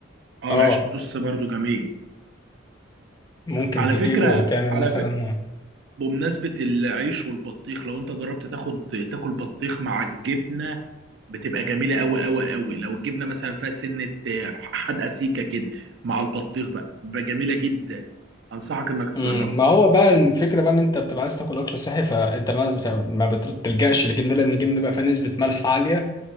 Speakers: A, on the right; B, on the left.
A: اه
B: آه،
A: العيش التوست برضو جميل
B: ممكن
A: على
B: تجيبه
A: فكرة
B: وتعمل
A: على
B: مثلا
A: فكرة بمناسبة العيش والبطيخ لو انت جربت تاخد تاكل بطيخ مع الجبنة بتبقى جميلة قوي قوي قوي لو الجبنة مثلا فيها سنة آه، حدقة سيكة كده مع البطيخ بقى بقى جميلة جدا انصحك انك تجربها
B: مم، ما هو بقى الفكرة بقى ان انت بتبقى عايز تاكل اكل صحي فانت ما بت- ما بتلجأش للجبنة لان الجبنة بقى فيها نسبة ملح عالية